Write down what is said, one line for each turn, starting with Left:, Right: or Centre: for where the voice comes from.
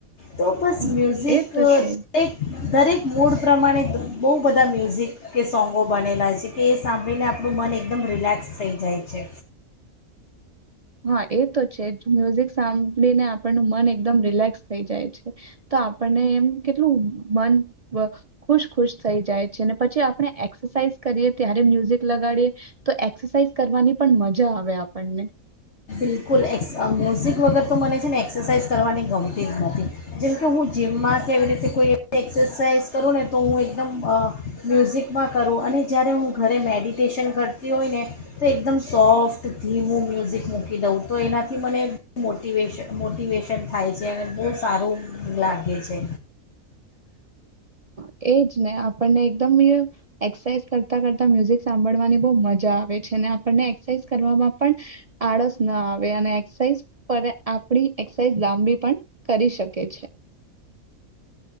Left: તો બસ
Right: હા
Left: મ્યુઝિક
Right: એ તો છે જ
Left: એક દરેક મૂડ પ્રમાણે બહુ બધા મ્યુઝિક કે સોંગો બનેલા છે કે એ સાંભળીને આપણું મન એકદમ રિલેક્સ થઈ જાય છે.
Right: હા, એ તો છે જ. મ્યુઝિક સાંભળીને આપ પણું મન એકદમ રિલેક્સ થઈ જાય છે તો આપણને એમ કેટલું મન વ ખુશ ખુશ થઈ જાય છે અને પછી આપણે એક્સરસાઇઝ કરીએ ત્યારે મ્યુઝિક લગાડીએ તો એક્સરસાઇઝ કરવાની પણ મજા આવે આપણને.
Left: બિલકુલ એક્સ મ્યુઝિક વગર તો મને છે ને એક્સરસાઇઝ કરવાની ગમતી જ નથી જેમકે હું જીમમાં કેવી રીતે કોઈ એક્સરસાઇઝ કરું ને તો હું એકદમ અ મ્યુઝિકમાં કરું અને જ્યારે હું ઘરે મેડિટેશન કરતી હોય ને તો એકદમ સોફ્ટ ધીમું મ્યુઝિક મૂકું. કી દઉં તો એનાથી મને મોટિવે મોટિવેશન થાય છે અને બહુ સારું લાગે છે.
Right: હા, એજ ને આપણને એ એક્સસાઈઝ કરતા કરતા મ્યુઝિક સાંભળવાની બહુ મજા જા આવે છે આપને એક્સરસાઇઝ કરવામાં પણ આળસ ન આવે. એક્સાઇઝ પરે આપણી લાંબી પણ કરી શકે છે.